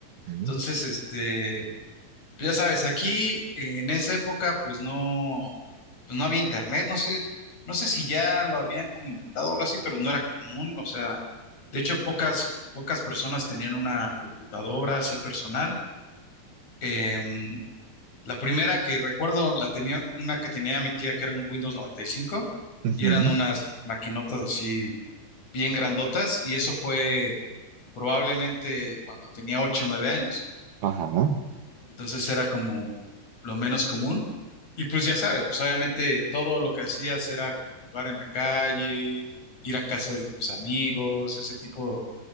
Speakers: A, on the right (about 70°); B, on the left (about 40°).
A: Ujú.
B: Entonces, este, ya sabes, aquí eh, en esa época, pues no, pues no había internet, no sé, no sé si ya lo habían como inventado o algo así, pero no era común, o sea, de hecho, pocas, pocas personas tenían una computadora así personal. Em, la primera que recuerdo la tenía, una que tenía mi tía que era un Windows 95 y cinco
A: Ujú.
B: y eran unas maquinotas así bien grandotas y eso fue probablemente cuando tenía ocho o 9 años.
A: Ajá.
B: Entonces era como lo menos común. Y pues ya sabes, pues obviamente todo lo que hacías era jugar en la calle, ir a casas de tus amigos, ese tipo